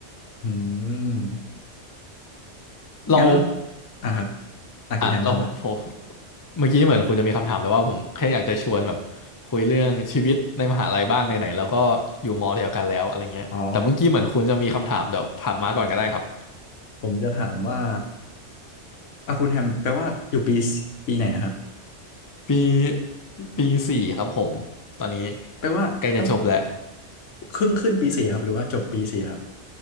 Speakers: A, on the left; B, on the left.
A: อืม
B: เรา
A: งั้นอ่ะครับอ่ะคุณแฮมว่ามา
B: อ่ะเราผมเมื่อกี้เหมือนคุณจะมีคำถามแต่ว่าผมแค่อยากจะชวนแบบคุยเรื่องชีวิตในมหาลัยบ้างไหนๆแล้วก็อยู่มอเดียวกันแล้วอะไรเงี้ยแต่เมื่อกี้เหมือนคุณจะมีคำถามเดี๋ยวถามมาก่อนก็ได้ครับ
A: อ๋อผมจะถามว่าอ่ะคุณแฮมแปลว่าอยู่ปีปีไหนนะครับ
B: ปีปีสี่ครับผมตอนนี้
A: แปลว่าต้อง
B: ใกล้จะจบแล้ว
A: ครึ่งขึ้นปีสี่ครับหรือว่าจบปีสี่แล้ว